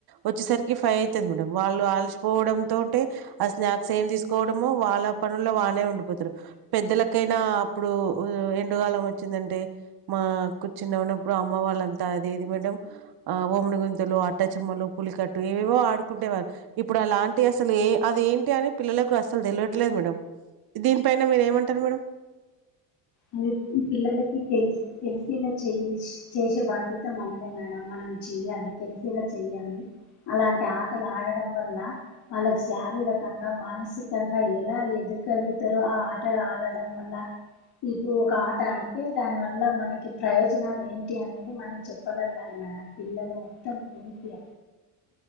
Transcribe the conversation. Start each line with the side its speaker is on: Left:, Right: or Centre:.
Right: వచ్చేసరికి ఫైవ్ అవుతుది మ్యాడంమ్ళ్ళ మర్చిపోవడంతోంటే
Left: ఆ,
Right: ఆ స్నాక్స్ ఏమి తీసుకోవడమో వాళ్ళ పనుల్లో వాళ్ళే ఉండిపోతరు. పెద్దలకైనా అప్పుడు ఎండుగాలం వచ్చిందంటే మా కూర్చుని ఉన్నప్పుడు అమ్మ వాళ్ళంతా అది ఏది మేడమ్ ఆ ఓమడిగుంతలు అట్టా చెమ్మలు పులికట్టు ఏవేవో ఆడుకుంటేవారు ఇప్పుడు అలాంటియి అసలు ఏ అదేంటి అని పిల్లలకు అస్సలు తెలవట్లేదు మేడం దీనిపైన మీరు ఏమంటారు మేడం
Left: అది పిల్లలకి తెలుసు తెలిసేలా చేస్ చేసే బాధ్యత మనదే మేడం మనం చెయ్యాలి. తెలిసేలా చెయ్యాలి. అలాంటి ఆటలు ఆడడం వల్ల వాళ్ళకు శారీరకంగా మానసికంగా ఎలా ఎదగలుగుతారో ఆ ఆట ఆడడం వల్ల ఇప్పుడు ఒక ఆట ఆడితే దానివల్ల మనకి ప్రయోజనాలు ఏంటి అనేది మనం చెప్పగలగాలి మేడం పిల్లలు మొత్తం అయితే